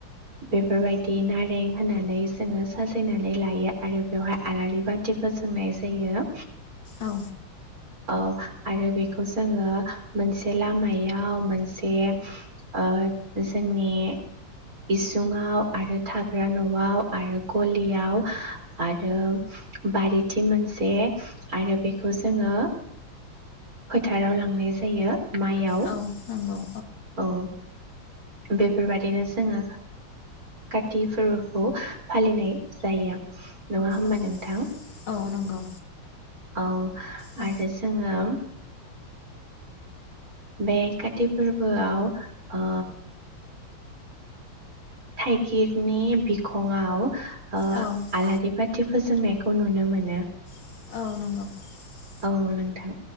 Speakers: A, on the right; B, on the left.
A: बेफोरबायदि नारें होननानै जोङो साजायनानै लायो आरो बेवहाय आलारि बाथिफोर जोंनाय जायो
B: औ
A: औ आरो बेखौ जोङो मोनसे लामायाव मोनसे ओ जोंनि इसुङाव आरो थाग्रा न'आव आरो गलियाव आरो बारि थिं मोनसे आरो बेखौ जोङो फोथाराव लांनाय जायो माइयाव
B: औ नंगौ।
A: औ बेफोरबादिनो जोङो काति फोरबोखौ फालिनाय जायो नङा होनबा
B: औ
A: नोंथां
B: औ नंगौ
A: औ
B: औ
A: आरो जोङो बे काति फोरबोआव ओ थाइगिरनि बिखङआव ओ
B: औ
A: आलारि बाथि फोजोंनायखौ नुनो मोनो
B: <unintelligible>
A: औ नोंथां